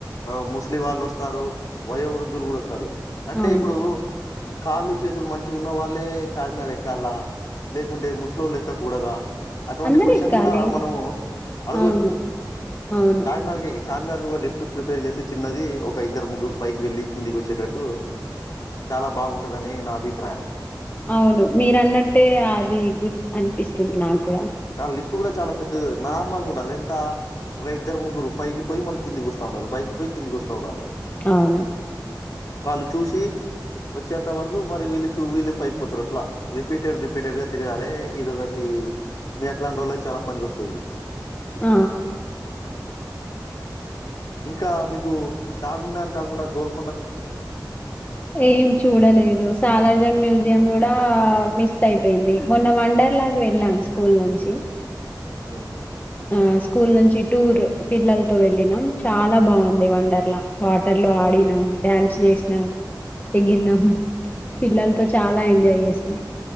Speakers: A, on the left (about 50°); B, on the left (about 25°).
A: ఆ ముస్లిం వాళ్ళు వస్తారు వయో వృద్ధులు కూడా వస్తారు అంటే
B: అవును
A: ఇప్పుడు కాళ్ళు చేతులు మంచిగా ఉన్న వాళ్ళే చార్మినార్ ఎక్కాలా లే కుంటే ముస్లోల్లుఎక్కకూడదా అటువంటి
B: అందరు
A: క్వశ్చన్
B: ఎక్కాలి
A: కూడా మనము అడగవచ్చు
B: అవును అవును
A: చార్మినార్ కెగీ చార్మినార్ కు లిఫ్ట్ ప్రిపేర్ చేసి చిన్నది ఒక ఇద్దరు ముగ్గురు పైకి వెళ్ళి కిందికి వచ్చేటట్టు చాలా బాగుంటందని నా అభిప్రాయం
B: అవును మీరు అన్నట్టే అది గుడ్ అనిపిస్తుంది నాకు కూడా
A: చాలాలిఫ్ట్ కూడా చాలా పెద్దగా నార్మల్గా ఉండాలి ఎంత ఒక ఇద్దరు ముగ్గురు పైకి పోయి మళ్ళీ కిందికి వస్తూ ఉండాలి పైకి పోయి కిందికి వస్తూ ఉండాలి
B: అవును
A: వాళ్ళు చూసి వచ్చేంత వరకు మరి వీళ్ళు చూ వీళ్ళు పైకిపోతారు అట్లా రిపీటెడ్ రిపీటెడ్ గా తిరగాలి ఇదొకటి మీ అట్లాంటోళ్ళకి చాలా పనికొస్తది
B: ఆ
A: ఇంకా మీకు చార్మినార్ కాకుండా గోల్
B: ఏం చూడలేదు సాలార్జంగ్ మ్యూజియం కూడా మిస్ అయిపోయింది మొన్న వంన్డర్లాగు వెళ్ళాం స్కూల్ నుంచి
A: హ
B: ఆ స్కూల్ నుంచి టూర్ పిల్లలతో వెళ్ళినం చాలా బాగుంది వండర్లా వాటర్ లో ఆడినాం డ్యాన్స్ చేసినాం ఎగరినాం పిల్లలతో చాలా ఎంజాయ్ చేసినాం